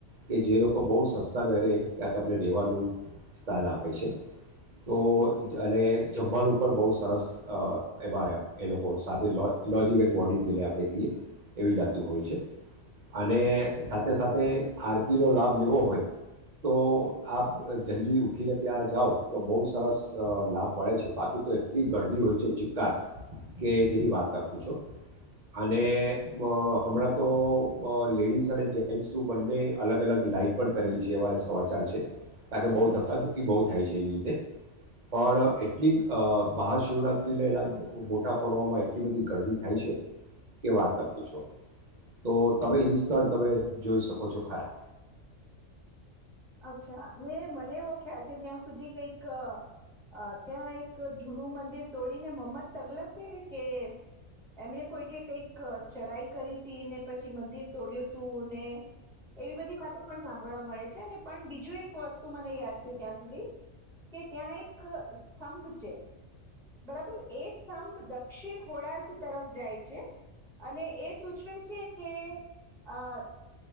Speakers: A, on the right; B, in the centre.
A: કે જે લોકો બહુ સસ્તા દરે ત્યાં તમને રહેવાનું સ્થાન આપે છે. તો અને જમવાનું પણ બહુ સરસ એમાં એ લોકો સાથે લો લોજિકલ બોડિંગ જેને આપણે કહીએ એવી જાતનું હોય છે, અને સાથે-સાથે આરતીનો લાભ લેવો હોય તો આપ જલ્દી ઊઠીને ત્યાં જાઓ તો બહુ સરસ અહ લાભ મળે છે, બાકી તો એટલી ગળદી હોય છે ચિત્કાર કે જેની વાતના પૂછો, અને અહ હમણાં તો લેડીઝ અને જેન્ટ્સનું બંને અલગ-અલગ લાઈન પણ કરેલી છે એવા સમાચાર છે કારણ કે બહુ ધક્કાધુકી બહુ થાય છે એને લીધે, પણ એટલી અહ મહાશિવરાત્રી <unintelligible> મોટા પર્વમાં એટલી બધી ગરદી થાય છે કે વાતના પૂછો. તો તમે ઈ સ્થળ તમે જોઈ શકો છો ખરા.
B: અચ્છા ને મને એવો ખ્યાલ છે ત્યાં સુધી કઈક અહ ત્યાં એક જૂનું મંદિર તોડીને <unintelligible> કે એમને કોઈકે કઈક ચઢાઈ કરી તી ને પછી મંદિર તોડયું તું ને, એવી બધી વાતો પણ સાંભળવા મળે છે ને પણ બીજું એક વસ્તુ મને યાદ છે ત્યાં સુધી, કે ત્યાં એક સ્તંભ છે બરાબર, એ સ્તંભ દક્ષિણ ગોળાર્ધ તરફ જાય છે, અને એ સૂચવે છે કે અહ